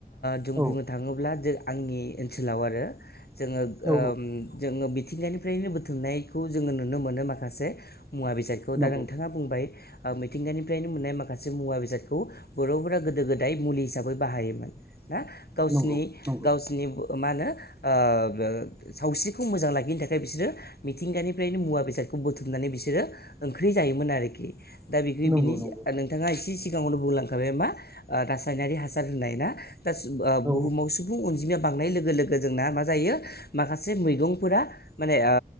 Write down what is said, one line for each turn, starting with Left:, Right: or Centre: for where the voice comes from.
Left: जों
Right: औ
Left: बुंनो नो थाङोब्ला ज आंनि ओनसोलाव आरो जोङो
Right: औ
Left: ओम जोङो मिथिंगायानिफ्रायनो बुथुमनायखौ जोङो नुनो मोनो माखासे मुवा बेसादखौ
Right: नंगौ
Left: दा नोंथाङा बुंबाय मिथिंगानिफ्रायनो मोननाय माखा माखासे मुवा बेसादखौ बर'फोरा गोदो गोदाय मुलि हिसाबै बाहायोमोन ना गावसिनि
Right: नंगौ नंगौ
Left: गावसिनि मा होनो ओ सावस्रिखौ मोजां लाखिनो थाखाय बिसोरो मिथिंगानिफ्रायनो मुवा बेसादखौ बुथुमनानै बिसोरो ओंख्रि जायोमोन आरोखि दा बेखौ
Right: नंगौ
Left: बिनि
Right: नंगौ
Left: नोंथाङा एसे सिगाङावनो बुंलांखाबाय मा रासायनारि हासार होननाय ना दा
Right: औ
Left: बुहुमाव सुबुं अनजिमाया बांनाय लोगो लोगो जोंना मा जायो माखासे मैगंफोरा माने ओ